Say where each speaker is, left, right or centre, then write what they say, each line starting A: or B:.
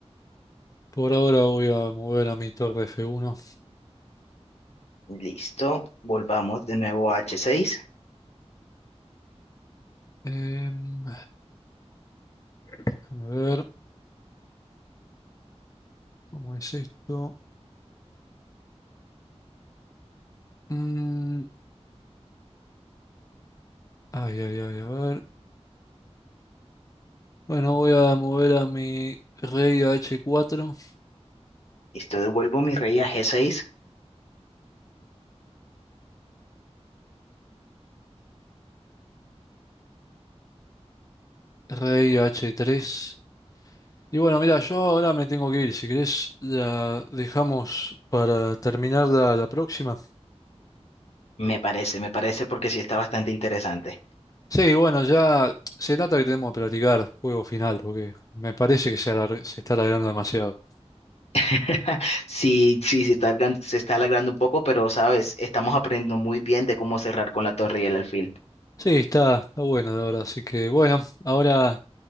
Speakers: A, on the left; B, on the left.
A: Por ahora voy a mover a mi torre F1.
B: Listo. Volvamos de nuevo a H6.
A: Em, déjame ver. ¿Cómo es esto? Mm, ay, ay, ay, a ver. Bueno, voy a mover a mi rey a H4.
B: Listo. Devuelvo mi rey a G6.
A: Rey h tres Y bueno, mira, yo ahora me tengo que ir. Si querés, la dejamos para terminar la, la próxima.
B: Me parece, me parece porque sí está bastante interesante.
A: Sí, bueno, ya se trata que tenemos que platicar juego final, porque me parece que se, alar- se está alargando demasiado.
B: <laughs> Sí, sí, se está, algan- se está alargando un poco, pero sabes, estamos aprendiendo muy bien de cómo cerrar con la torre y el alfil.
A: Sí, está, está bueno, la verdad. Así que bueno, ahora,